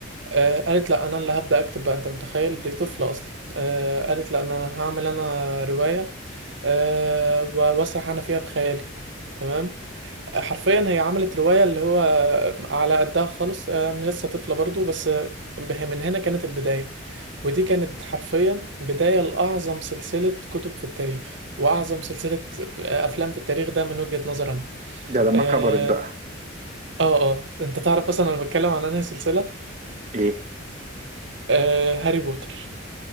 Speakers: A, on the right; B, on the right.
A: آه قالت لا أنا اللي هبدأ أكتب بقى أنت متخيل دي طفلة أصلا آه قالت لأن أنا أنا هعمل أنا رواية آه و- وأسرح أنا فيها بخيالي تمام آه، حرفيا هي عملت رواية اللي هو على قدها خالص آه، أنا لسه طفلة برضو بس آه، به- من هنا كانت البداية ودي كانت حرفيا بداية لأعظم سلسلة كتب في التاريخ وأعظم سلسلة آه، أفلام في التاريخ ده من وجهة نظري أنا
B: ده لما
A: آه
B: كبرت بقى
A: آه آه، أنت تعرف أصلا أنا بتكلم عن أنهي سلسلة
B: ايه
A: آه هاري بوتر